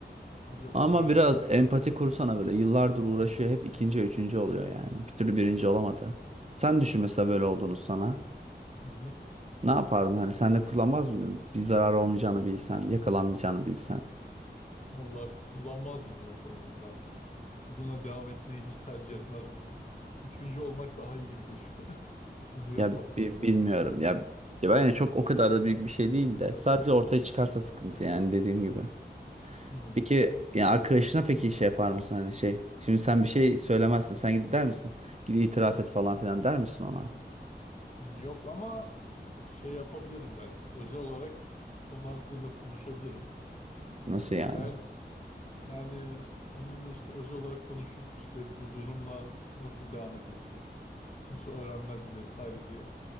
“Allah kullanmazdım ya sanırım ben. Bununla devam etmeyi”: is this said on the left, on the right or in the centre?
Left